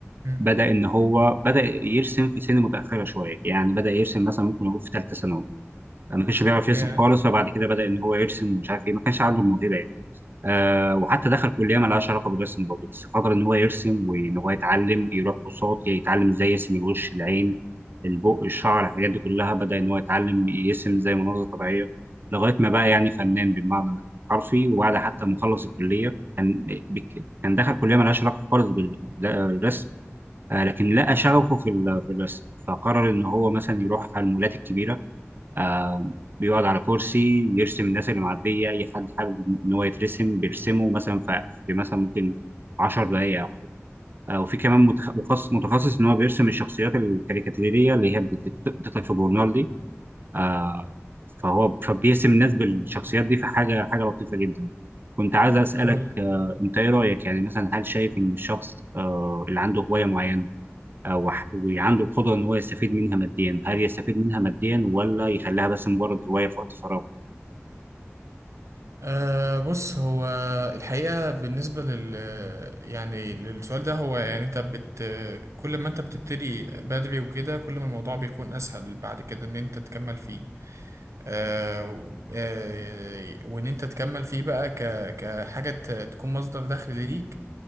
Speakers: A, on the right; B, on the right.
A: مم.
B: بدا ان هو بدا يرسم في سن متاخره شويه يعني بدا يرسم مثلا ممكن يقول في ثالثه ثانوي ما كانش بيعرف يرسم
A: yeah.
B: خالص فبعد كده بدا ان هو يرسم ومش عارف ايه ما كانش عنده الموهبه آه وحتى دخل كليه ما لهاش علاقه بالرسم برضه بس فضل ان هو يرسم وان هو يتعلم يروح كورسات يتعلم ازاي يرسم الوش العين البق الشعر الحاجات دي كلها بدا ان هو يتعلم يرسم زي مناظر طبيعيه لغايه ما بقى يعني فنان بالمعنى الحرفي وبعد حتى ما خلص الكليه كان بك- كان دخل كليه ما لهاش علاقه خالص بال- بالرسم آه لكن لقى شغفه في ال- في الرسم فقرر ان هو مثلا يروح على المولات الكبيره آه بيقعد على كرسي يرسم الناس اللي معدية أي حد حابب إن هو يترسم بيرسمه مثلا ف- في مثلا ممكن 10 دقايق أو حاجة آه وفي كمان متخ- مخصص متخصص إن هو بيرسم الشخصيات الكاريكاتيرية اللي هي بت- بتطلع في الجورنال دي آه فهو فبيرسم الناس بالشخصيات دي فحاجة حاجة لطيفة جدا كنت عايز أسألك
A: هو
B: آه أنت إيه رأيك يعني مثلا هل شايف إن الشخص آه اللي عنده هواية معينة آه، وح- وعنده القدرة إن هو يستفيد منها ماديا هل يستفيد منها ماديا ولا يخليها بس مجرد هواية في وقت فراغه
A: أه بص هو الحقيقة بالنسبة لل يعني للسؤال ده هو يعني انت بت كل ما انت بتبتدي بدري وكده كل ما الموضوع بيكون اسهل بعد كده ان انت تكمل فيه أه و- أه وان انت تكمل فيه بقى ك كحاجة ت- تكون مصدر دخل ليك